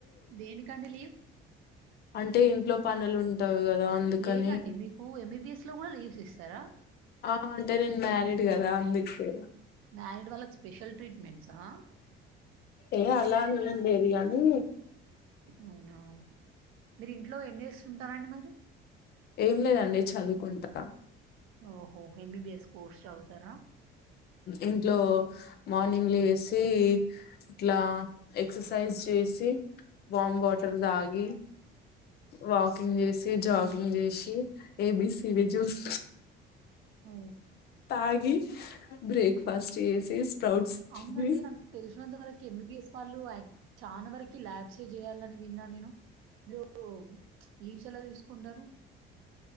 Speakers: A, on the right; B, on the left.
A: దేనికండి లీవ్
B: అంటే ఇంట్లో పనులు ఉంటవ్ కదా అందుకని
A: లేదండి మీకు ఎంబీబిఎస్ లో కూడా లీవ్స్ ఇస్తారా
B: ఆ అంటే నేన్ మ్యా లేటుకాదా అందుకే
A: మ్యారీడ్ వాళ్ళకి స్పెషల్ ట్రీట్మెంట్సా ఆ
B: ఏ ఆలాన్ ఏం లేద్ గాని
A: అవునా మీరు ఇంట్లో ఏం చేస్తుంటారండి మరి
B: ఏం లేదండి చదువుకుంటా
A: ఓహో ఎంబీబిఎస్ కోర్స్ చవుతారా
B: ఇంట్లో మార్నింగ్ లేసి ఇట్లా ఎక్ససైజ్ చేసి వామ్ వాటర్ తాగి
A: అవును.
B: వాకింగ్ చేసి జాగింగ్ జేషి ఏబిసీడి జ్యూస్
A: ఔ
B: తాగి బ్రేక్ఫాస్ట్ చేసి స్ప్రౌట్స్
A: అవునండి
B: తిని
A: నాక్ తెలిసినంతవరకు ఎంబిబిఎస్ వళ్ళు అక్ చానా వరకి ల్యాబ్సే చేయ్యాలని విన్నా నేను <unintelligible> ఇవ్స్ ఎలా తీసుకుంటారు